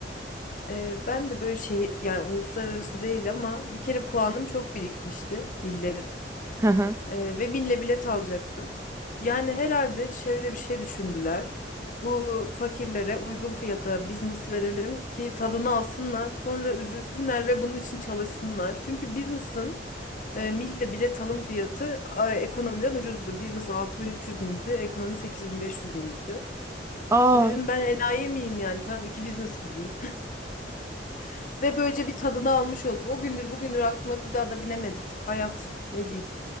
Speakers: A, on the left; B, on the right.
A: e, ben de böyle şey yani uluslararası değil ama bir kere puanım çok birikmişti. Millerim.
B: Hı hı.
A: Ee, ve binle bilet alacaktım. Yani herhalde şöyle bir şey düşündüler. Bu fakirlere uygun fiyata business verelim ki tadını alsınlar, sonra üzülsünler ve bunun için çalışsınlar. Çünkü business'ın e, mille bilet alım fiyatı a, ekonomiden ucuzdu. Business 6300 mildi, ekonomi 8500 mildi.
B: Aa,
A: Dedim ben enayi miyim yani tabii ki business gideyim. <laughs> Ve böylece bir tadını almış olduk. O gündür bugündür aklına bir daha da binemedik. Hayat ne diyeyim.